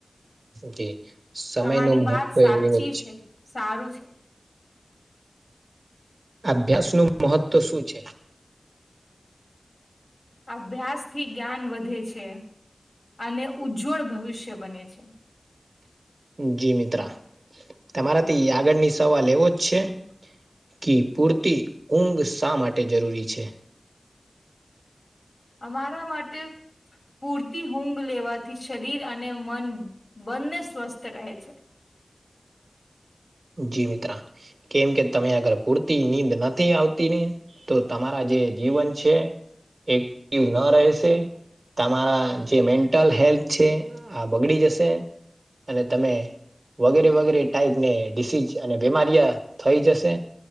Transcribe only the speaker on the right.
જી સમય
નો મહત્વ
એવો છે.
અભ્યાસ નું મહત્વ શું છે.
જી મિત્રા તમારાથી આગળની સવાલ એવો જ છે. ક પૂરતી ઊંઘ શા માટે જરૂરી છે.
જી મિત્રા કેમ કે તમે આગર કુર્તી નીંદ નથી આવતી ને તો તમારા જે જીવન છે એક્ટિવ ન રહેશે. તમારા જે મેન્ટલ હેલ્થ છે આ બગડી જશે. અને તમે વગેરે વગેરે ટાઈપને ડિસીઝ અને બીમારીયા થઈ જશે.